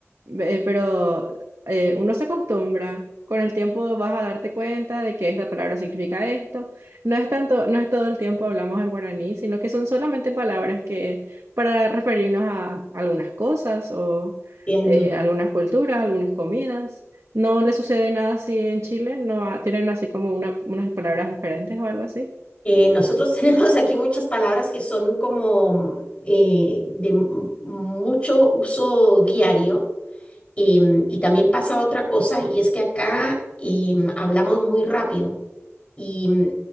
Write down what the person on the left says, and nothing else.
entiendo.
Eh, nosotros <laughs> tenemos aquí muchas palabras que son como eh, de m- mucho uso diario em, y también pasa otra cosa y es que acá em, hablamos muy rápido. Y mm,